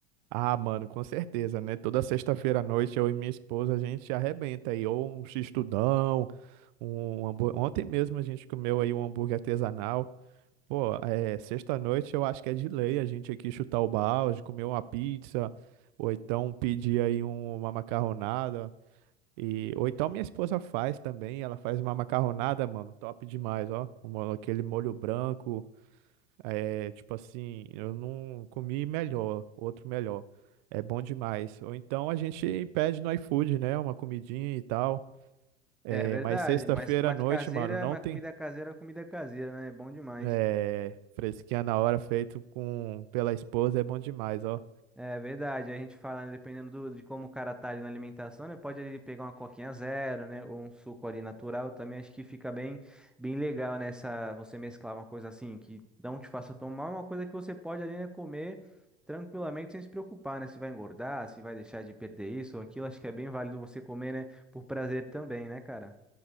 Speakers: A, on the right; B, in the centre.
A: ah, mano, com certeza, né? Toda sexta-feira à noite eu e minha esposa a gente arrebenta aí, ou um x-tudão, um hambú- Ontem mesmo a gente comeu aí um hambúrguer artesanal. Pô, é, sexta-noite eu acho que é de lei a gente aqui chutar o balde, comer uma pizza, ou então pedir aí um- uma macarronada. E, ou então minha esposa faz também, ela faz uma macarronada, mano, top demais, ó. Um mo- aquele molho branco, é, tipo assim, eu não comi melhor, outro melhor. É bom demais. Ou então a gente pede no iFood, né, uma comidinha e tal. É,
B: É verdade,
A: mas sexta-feira
B: mas mais
A: à noite,
B: caseira,
A: mano, não
B: mais
A: tem.
B: comida caseira, comida caseira, né? É bom demais.
A: É, fresquinha na hora, feito com pela esposa, é bom demais, ó.
B: É verdade, a gente fala, né, dependendo do- de como o cara tá ali na alimentação, né? Pode ele pegar uma coquinha zero, né? Ou um suco ali natural também, acho que fica bem, bem legal nessa, você mesclar uma coisa assim, que não te faça tomar, uma coisa que você pode ali, né, comer tranquilamente sem se preocupar, né? Se vai engordar, se vai deixar de perder isso ou aquilo, acho que é bem válido você comer, né? Por prazer também, né, cara?